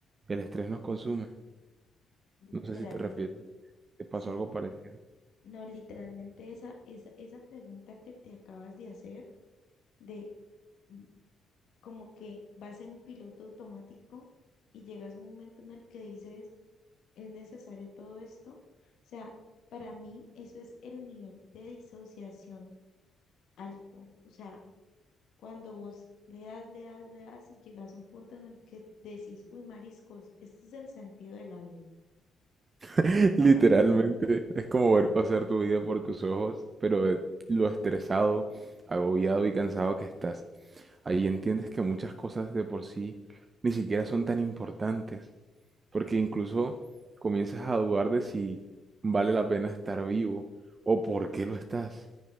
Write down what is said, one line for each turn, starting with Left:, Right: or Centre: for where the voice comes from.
Right: El estrés nos consume.
Left: Literalmente,
Right: No sé si te refieres, te pasó
Left: sí.
Right: algo parecido.
Left: No, literalmente esa, esa, esa pregunta que te acabas de hacer, de mm, como que vas en piloto automático y llegas a un momento en el que dices, es necesario todo esto. O sea, para mí eso es el nivel de disociación alto. O sea, cuando vos le das, le das, le das y llegas a un punto en el que decís, uy, mariscos, este es el sentido de la vida. O
Right: <laughs>
Left: sea,
Right: Literalmente es como ver pasar tu vida por tus ojos, pero de lo estresado, agobiado y cansado que estás. Ahí entiendes que muchas cosas de por sí ni siquiera son tan importantes. porque incluso comienzas a dudar de si vale la pena estar vivo, o por qué lo estás,